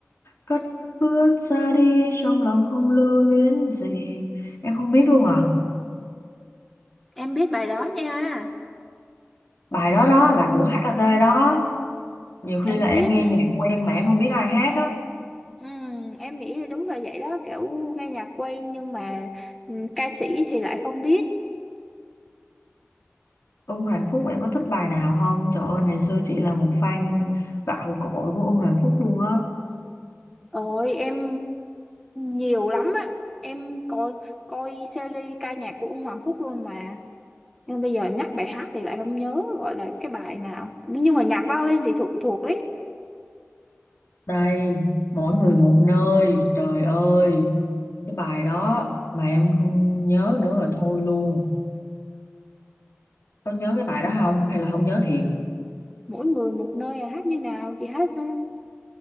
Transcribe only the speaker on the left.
cất bước xa đi trong lòng không lưu luyến gì em không biết luôn à
bài đó đó là của HAT đó nhiều
khi là em
nghe
nhạc quen mà em không biết ai hát á
Ông Hoàng Phúc em có thích bài nào không? Trời ơi, ngày xưa chị là một fan gạo cội của ông Hoàng Phúc luôn á.
Đây, mỗi người một nơi, trời ơi. Cái bài đó mà em không nhớ nữa rồi thôi luôn. Có nhớ cái bài đó không? Hay là không nhớ thiệt?